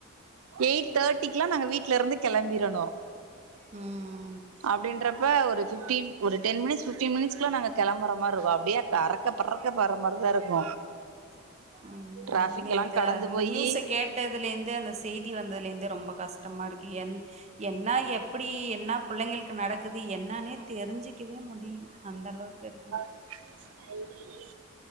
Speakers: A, on the right (about 80°); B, on the right (about 30°).
A: எயிட் தேர்ட்டிக்குலா நாங்க வீட்ல இருந்து கெளம்பிடணு
B: ம்
A: அப்டின்றப்ப ஒரு ஃபிஃப்டின் ஒரு டென் மினிட்ஸ் ஃபிஃப்டி மினிட்ஸ்குலா நாங்க கெளம்பற மார்ருக்கு அப்டியே ந்த அறக்க பறக்க போற மாரிதா இருக்கு
B: ம்
A: டிராஃபிக்
B: நேத்து
A: எல்லா கடந்து
B: அந்த
A: போயி
B: நியூஸ கேட் கேட்டதுலுந்து அந்த செய்தி வந்ததுலேருந்து ரொம்ப கஷ்டமா இருக்கு என் என்னா எப்பிடி என்ன புள்ளைங்களுக்கு நடக்குது என்னான்னே தெரிஞ்சிக்கவே முடியல அந்தளவுக்கு இருக்குது
A: <inaudible>